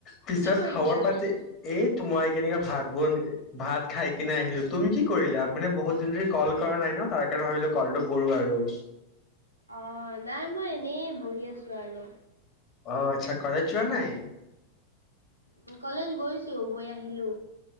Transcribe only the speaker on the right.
কি কৰিছা?
অ নাই মই এনেই বহি আছো আৰু।
উম, কলেজ গৈছো গৈ আহিলো।